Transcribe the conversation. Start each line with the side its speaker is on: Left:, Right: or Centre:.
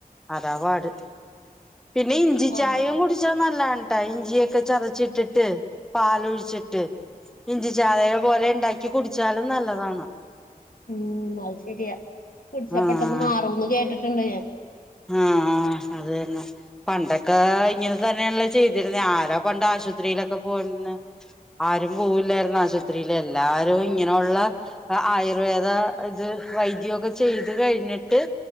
Centre: അതാ പാട് പിന്നെ ഇഞ്ചി ചയേം
Left: ആഹ്
Centre: കുടി ച്ചാ നല്ലാണ് ട്ടാ ഇഞ്ചിയൊക്കെ ചതച്ചിട്ടിട്ട് പാലൊഴിച്ചിട്ട് ഇഞ്ചി ചായേടെ പോലെ ഉണ്ടാക്കി കുടിച്ചാലും നല്ലതാണ്
Left: ഉം അത് ശരിയാ കുടിച്ചാ
Centre: ആഹ്
Left: പെട്ടൊന്ന് മാറുംന്ന് കേട്ടിട്ടുണ്ട് ഞാൻ
Centre: ആഹ് അത് തന്നെ പണ്ടക്കെ ഇങ്ങനെ തന്നെയല്ലേ ചെയ്തിരുന്നെ ആരാ പണ്ട് ആശുപത്രിയിലൊക്കെ പോയിന്നെ ആരും പോവില്ലാർന്ന് ആശുപത്രിൽ എല്ലാരും ഇങ്ങനെ ഒള്ള ആയുർവേദ ഇത് വൈദ്യോക്കെ ചെയ്ത് കഴിഞ്ഞിട്ട്